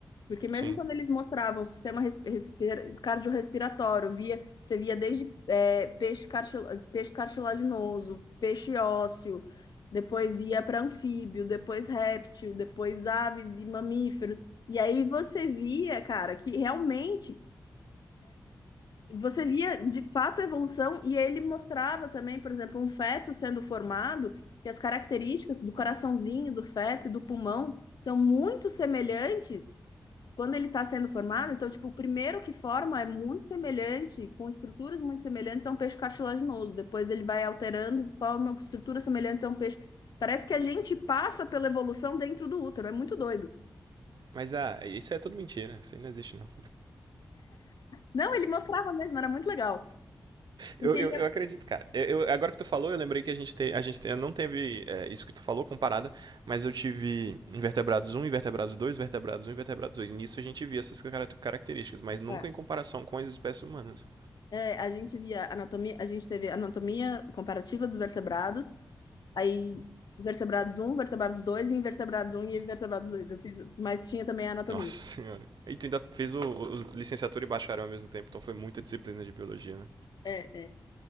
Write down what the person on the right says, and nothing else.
Sim.
Mas ah, isso é tudo mentira, isso aí não existe não.
Eu, eu,
eu acredito, cara. Eu, eu- agora que tu falou, eu lembrei que a gente, te, a gente te- não teve é, isso que tu falou comparada, mas eu tive invertebrados um, invertebrados 2, vertebrados um, e vertebrados 2. E nisso a gente via essas características, mas nunca
em comparação com as espécies humanas.
Nossa <laughs> senhora. E tu ainda fez o, o- licenciatura e bacharel ao mesmo tempo, então foi muita disciplina de biologia, né?